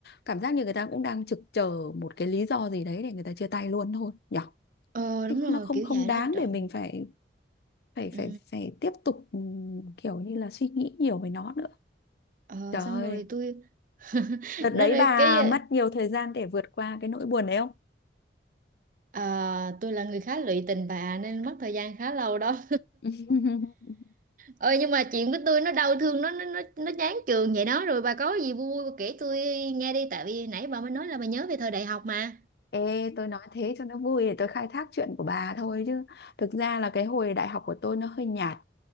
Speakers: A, on the left; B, on the right.
A: cảm giác như người ta cũng đang trực chờ một cái lý do gì đấy để người ta chia tay luôn thôi nhở
B: ờ
A: thế
B: đúng rồi
A: nó không
B: kiểu
A: không
B: vậy
A: đáng
B: đó trời.
A: để mình phải phải phải
B: Ừ.
A: phải tiếp tục ừ, kiểu như là suy nghĩ nhiều về nó nữa
B: Ờ,
A: Trời
B: xong
A: ơi,
B: rồi tôi <laughs>
A: đợt đấy
B: nói rồi
A: bà
B: cái
A: mất nhiều thời gian để vượt qua cái nỗi buồn đấy không?
B: ờ, tôi là người khá lụy tình bà nên mất thời gian khá lâu đó
A: <laughs>
B: ơi nhưng mà chuyện của tôi nó đau thương nó nó nó nó chán trường vậy đó rồi bà có gì vui vui kể tôi nghe đi tại vì nãy bà mới nói là bà nhớ về thời đại học mà
A: Ê, tôi nói thế cho nó vui để tôi khai thác chuyện của bà thôi chứ. Thực ra là cái hồi đại học của tôi nó hơi nhạt.